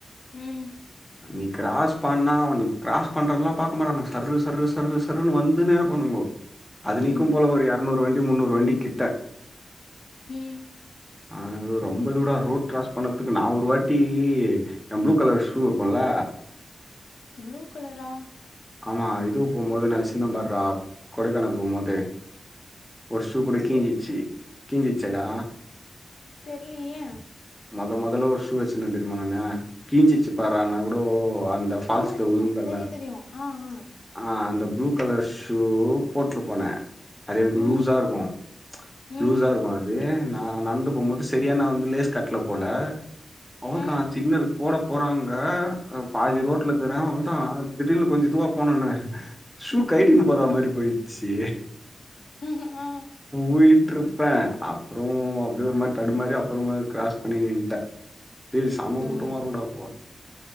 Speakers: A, on the left; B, in the centre.
A: ம் ம்
B: நீ க்கிரஸ் நிப்பான அவன் கிரஸ் பண்றேன்லாம் பாக்க மாட்டானு சரு சர்ரு சர்ரு சர்ருன்ன வந்துனே இருப்பாணுங்கோ அது நீக்கும்
A: ம்
B: போல ஒரு எறநூறு வண்டி முன்னூறு வண்டி கிட்ட
A: ம்
B: அ ரொம்ப தூட ரோட் க்கிராஸ் பண்ணறதுக்கு நா ஒரு வாட்டி எ ப்ளு கலர் ஷூ இருக்குல்ல
A: ப்ளூ கலரா
B: ஆமா இதுவு போம் போது நா வச்சிந்த பார்றா கொடைக்கானல் போம் போது ஒரு ஷு
A: ம்
B: கூட கிஞ்சிச்சி கிஞ்சிச்சேடா
A: தெர்லியே
B: மொத மொதல்ல ஒரு ஷூ வச்சிருந்த தெரியுமா நானு கிஞ்சிச்சு பார்றா நா கூடோ அந்த ஃபால்ஸ்ல
A: ஆமாமாமா
B: விழுந்தேன்ல,
A: தெரியு தெரியு ஆ ஆ
B: ஆ அந்த ப்ளூ கலர் ஷூ போட்டுனு போன அது எனக்கு
A: ம்
B: லூஸா இருக்கு
A: ம்
B: லூஸா இருக்கும் அது நா நடந்து போம்போது செரியா நா வந்து லேஸ் கட்ல போல அவ்ள
A: ஆ
B: தா சிக்னல் போட போறாங்க ஆ பாதி ரோட்ல இக்கிற அவ்ள தா திடீர்னு கொஞ்ச இதுவா போனோன்னே ஷூ கயிட்டின்னு போற மாரி போயிடுச்சி
A: ம் ஹு ஆ
B: உயிட்ருப்ப அப்புறோ அப்டியே ஒரு மாரி தடுமாறி அப்புறமேலு கிராஸ் பண்ணி நின்னுட்ட டேய் சம
A: ம்
B: கூட்டமா இருக்குன்டா அப்பா